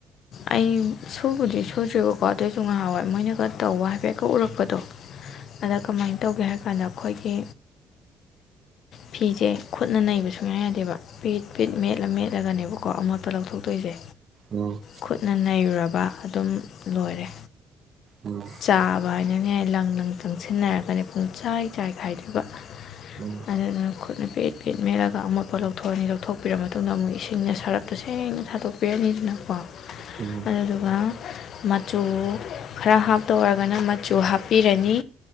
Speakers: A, on the left (about 65°); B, on the right (about 50°).
A: ꯑꯩ ꯁꯨꯕꯨꯗꯤ ꯁꯨꯗꯔ꯭ꯤꯕꯀꯣ ꯑꯗꯣꯏꯁꯨ ꯅꯥꯍꯥꯟꯋꯥꯏ ꯃꯣꯏꯅꯒ ꯇꯧꯕ ꯍꯥꯏꯐꯦꯠꯀ ꯎꯔꯛꯄꯗꯣ ꯑꯗ ꯀꯃꯥꯏꯅ ꯇꯧꯒꯦ ꯍꯥꯏ ꯀꯥꯟꯗ ꯑꯩꯈꯣꯏꯒꯤ ꯐꯤꯁꯦ ꯈꯨꯠꯅ ꯅꯩꯕ ꯁꯨꯡꯌꯥ ꯌꯥꯗꯦꯕ ꯄꯤꯠ ꯄꯤꯠ ꯃꯦꯠꯂ ꯃꯦꯠꯂꯒꯅꯦꯕꯀꯣ ꯑꯃꯣꯠꯄꯥ ꯂꯧꯊꯣꯛꯇꯣꯏꯁꯦ
B: ꯎꯝ
A: ꯈꯨꯠꯅ ꯅꯩꯔꯨꯔꯕ ꯑꯗꯨꯝ ꯂꯣꯏꯔꯦ
B: ꯎꯝ
A: ꯆꯥꯕ ꯕꯕꯥ ꯍꯥꯏꯅꯅꯦ ꯂꯪ ꯂꯪ ꯆꯪꯁꯤꯟꯅꯔꯒꯅꯦ ꯄꯨꯡꯆꯥꯏ ꯆꯥꯏ ꯈꯥꯏꯗꯣꯏꯕ
B: <inaudible>
A: ꯑꯗꯨꯗꯨꯅ ꯈꯨꯠ ꯈꯨꯠꯅ ꯄꯦꯠ ꯄꯦꯠ ꯃꯦꯔꯂꯒ ꯑꯃꯣꯠꯄ ꯂꯧꯊꯣꯛꯑꯅꯤ ꯂꯧꯊꯣꯛꯄꯤꯔ ꯃꯇꯨꯡꯗ ꯑꯃꯨꯛ ꯏꯁꯤꯡꯅ ꯁꯔꯞꯇ ꯁꯦꯡꯅ ꯊꯥꯗꯣꯛ ꯄꯤꯔꯅꯤꯗꯅꯀꯣ
B: <inaudible>
A: ꯑꯗꯨꯒ ꯃꯆꯨ ꯈꯔ ꯍꯥꯞꯇꯧ ꯑꯣꯏꯔꯒꯅ ꯃꯆꯨ ꯍꯥꯞꯄꯤꯔꯅꯤ